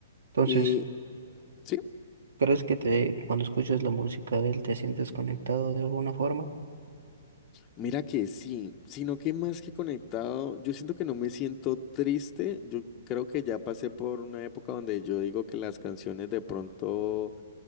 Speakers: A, on the right (about 80°); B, on the left (about 20°).
A: Entonces,
B: Y sí,
A: ¿crees que te cuando escuchas la música de él te sientes conectado de alguna forma?
B: mira que sí, sino que más que conectado, yo siento que no me siento triste, yo creo que ya pasé por una época donde yo digo que las canciones de pronto